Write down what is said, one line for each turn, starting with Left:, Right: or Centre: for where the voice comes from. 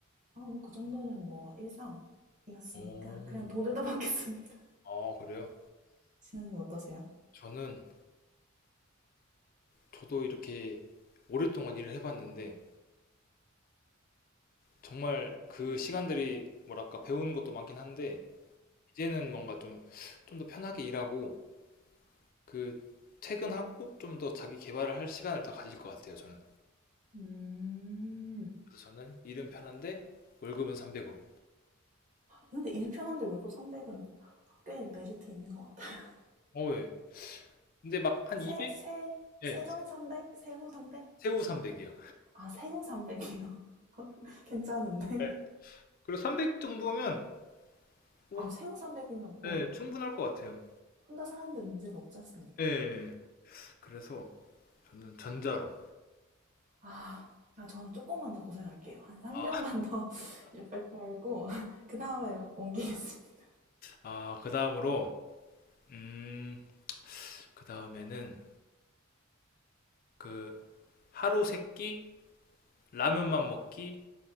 Right: 아, 뭐 그 정도는 뭐 일상이었으니까
Left: 오.
Right: 그냥 돈을 따받겠습니다.
Left: 아, 그래요?
Right: 진영님 <laughs> 어떠세요?
Left: 저는 저도 이렇게 오랫동안 일을 해봤는데 정말 그 시간들이 뭐랄까 배우는 것도 많긴 한데 이제는 뭔가 좀 좀 더 편하게 일하고 그 퇴근하고 좀 더 자기 개발을 할 시간을 더 가질 것 같아요, 저는.
Right: 음.
Left: 그래서 저는 일은 편한데 월급은 300으로.
Right: 근데 일 편한데 월급 300은 꽤 메리트 있는 것 같아요.
Left: 어, 예. 근데 막 한
Right: 세,
Left: 200?
Right: 세, 세전
Left: 예,
Right: 300? 세후 300?
Left: 세후 300이요.
Right: 아, 세후 300이요. <laughs> 괜찮은데?
Left: 예. 그리고 300 정도면 뭐,
Right: 아, 세후 300이면 뭐
Left: 예, 충분할 것 같아요.
Right: 혼자 사는데 문제가 없지 않습니까?
Left: 예, 예. 예. 그래서 저는 전자로.
Right: 아, 아, 저는 조금만 더 고생할게요. 한 3년만
Left: 아,
Right: 더 600 벌고, <laughs> 그 다음에 옮기겠습니다.
Left: 아, 그 다음으로, 음, 그 다음에는 그 하루 세끼 라면만 먹기